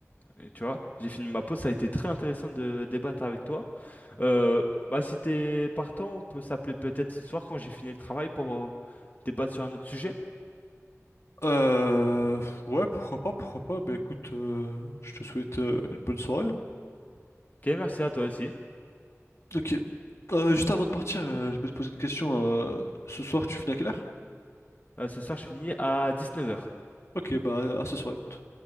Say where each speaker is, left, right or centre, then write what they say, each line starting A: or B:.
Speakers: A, on the left; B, on the left.
A: et tu vois, j'ai fini ma pause. Ça a été très intéressant de débattre avec toi. Euh, bah, si t'es partant, on peut s'appeler peut-être ce soir quand j'ai fini le travail pour euh, débattre sur un autre sujet.
B: Euh, ouais, pourquoi pas, pourquoi pas, bah écoute, euh, je te souhaite euh, une bonne soirée. hein.
A: Ok, merci à toi aussi.
B: Ok. Euh, juste avant de partir, euh, je peux te poser une question. euh, ce soir, tu finis à quelle heure?
A: Euh, ce soir, je finis à dix-neuf heures.
B: Ok, bah à ce soir, écoute.